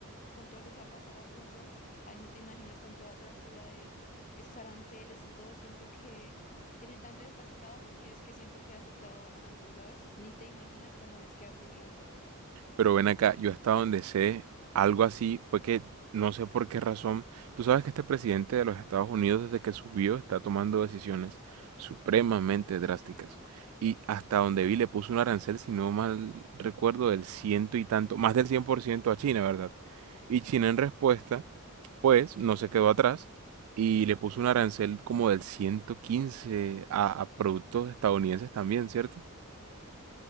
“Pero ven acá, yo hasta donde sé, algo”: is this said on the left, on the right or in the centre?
Right